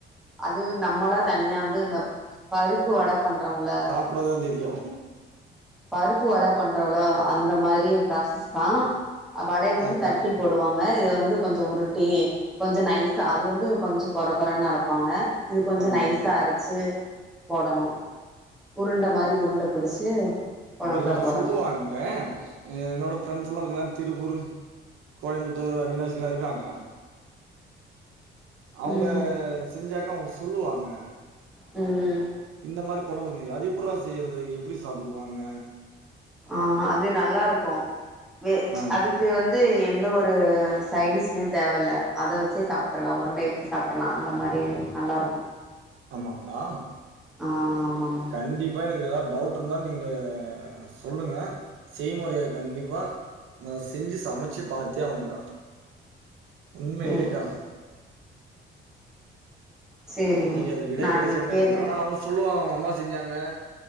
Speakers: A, in the centre; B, on the right (about 85°).
A: அது நம்மளா தனியா வந்து இந்த பருப்பு வட பண்றோம்ல
B: அப்ற தா தெரியு
A: பருப்பு வட பண்றோள அந்த மாரி ப்ராசஸ் தா வடைய வந்து
B: ஆங்க்கா,
A: தட்டி போடுவாங்க இத வந்து கொஞ்ச உருட்டி கொஞ்ச நைஸா அது வந்து கொஞ்ச கொற கொறன்னு அறப்பாங்க இது கொஞ்ச
B: ஆங்க்கா.
A: நைஸா அரச்சி போடணு உருண்ட மாரி உருண்ட புடிச்சு கொழம்புல
B: அத இல்லக்க
A: போடணு
B: சொல்லுவாங்க என்னோட ஃப்ரெண்ட்ஸ் எல்லா பாத்தீங்கன்னா திருப்பூரு கோயம்புத்தூர் அவினாசிலா இருக்காங்க அவுங்க
A: ம்
B: செஞ்சாக்க அவுங்க சொல்லுவாங்க
A: ம்
B: இந்த மாரி கொழம்பு செய் அது எப்புரா செய்யிறது எப்புடி சாப்புடுவாங்க
A: ஆ அது நல்லாருக்கு வே
B: ஆ.
A: அதுக்கு வந் து எந்த ஒரு சைடிஷ்மே தேவயில்ல அத வச்சே சாப்டர்லா உருண்டைய வச்ச சாப்டுர்லா அந்த மாரி நல்லாருக்கு
B: ஆமாங்ளா
A: ஆ ஆமாங்க
B: கண்டிப் ப்பா எனக்கு ஏதாது டவுட் இருந்தா நீங்க சொல்லுங்க செய்முறைய கண்டிப்பா நா செஞ்சு சமைச்சு பாத்தே ஆவனுங்கா உண்மையிலேகா
A: சேரி சேரிங்க
B: இன்னக்கி அது விடை
A: நானு
B: கெடைச்சிருன்னு
A: கேட்டுட்டு
B: நெனகிறே ஆனா அவுங்க சொல்லுவாங்க அவுங்க அம்மா செஞ்சாங்க